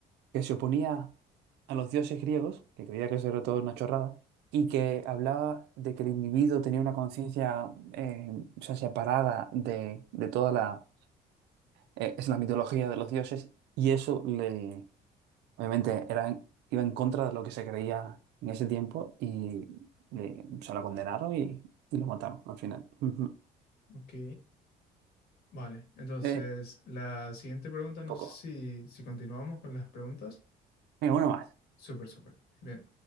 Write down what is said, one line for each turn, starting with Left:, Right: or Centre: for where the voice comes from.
Right: que se oponía a los dioses griegos, que creía que eso era todo una chorrada, y que hablaba de que el individuo tenía una conciencia eh, o sea, separada de, de toda la, eh, es la mitología de los dioses, y eso le, obviamente era, en- iba en contra de lo que se creía en ese tiempo, y le, o sea, lo condenaron y, y lo mataron al final. Ujú.
Left: Ok. Vale, entonces
Right: Eh,
Left: la siguiente pregunta, no
Right: poco.
Left: sé si, si continuamos con las preguntas.
Right: Venga, uno más.
Left: Súper, súper. Bien.